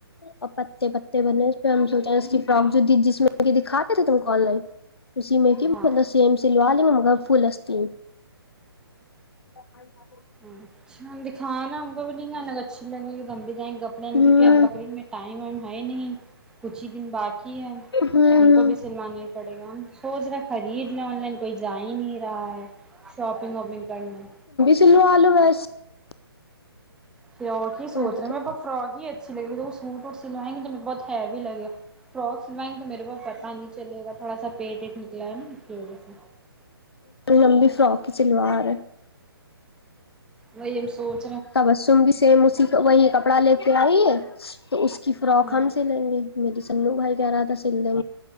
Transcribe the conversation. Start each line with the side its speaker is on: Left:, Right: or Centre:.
Left: اور پتے پتے بنے اس پہ ہم جوتے ہیں اس کی ک جو جس میں کہ دکھاتے تھے تم کو آن لائن سی میں کی
Centre: ہاں
Left: سم سلوا گ و فل استی <unintelligible> چ <unintelligible>
Centre: اچھا دکھا نہا <unintelligible> بھی انگ اچھی لگ گی <unintelligible> <inaudible> کم ت <unintelligible> کپڑے
Left: ہوں
Centre: کیک اب بکرین میں ٹائم ہے ہے نہیں کچھ ہی دن بعد ہے
Left: ہوں
Centre: ہم کو بھی سلوانا ہی پڑے گا ہم سوچ رہے خرید لیں آن لائن کوئی جا ہی نہیں رہا ہے شاپنگ واپنگ کرنے
Left: سلو لو ویس <unintelligible>
Centre: فرک ہی سوچ
Left: اچھا،
Centre: رہے میرے پاس فراک ہی اچھی لگی تو وہ سوٹ اور سلوائیں گے تو مے بہت ہیوی لگےا فراک سلوائیں گے تو میرے پا پتا نہیں چلے گا تھوڑا سا پیٹ ویٹ نکلا ہے نا اس کی وجہ سے
Left: لمبی فراک کی سلوار ہے
Centre: ویم سوٹ <unintelligible>
Left: تبسم بھی سیم اسی وہی کپڑا لیتے آئیے تو اس کی فراک
Centre: ہوں
Left: ہم سلیں گے میری سنو بھائی کہہ رہا تھا سل دیں